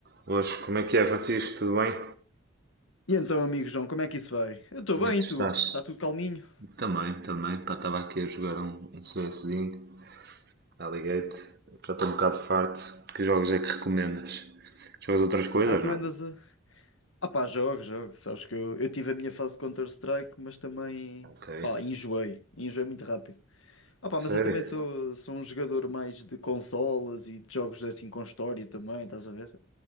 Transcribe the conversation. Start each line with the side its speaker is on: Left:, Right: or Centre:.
Right: Hoje, como é que é, Francisco? Tudo bem?
Left: E então, amigo João, como é que isso vai? Eu estou
Right: Como
Left: bem,
Right: é que
Left: e
Right: tu
Left: tu?
Right: estás?
Left: Está tudo calminho?
Right: Também, também. Pá, estava aqui a jogar um, um CSzinho, Alligate. Já estou um bocado farto. Que jogos é que recomendas? Jogas outras coisas,
Left: Ah, tu
Right: não?
Left: andas a. Ah pá, jogo, jogo. Sabes que eu, eu tive a minha fase de Counter-Strike, mas também,
Right: Ok.
Left: pá, enjoei. Enjoei muito rápido. Ah pá,
Right: Sério?
Left: mas eu também sou, sou um jogador mais de consolas e de jogos assim com história também, estás a ver?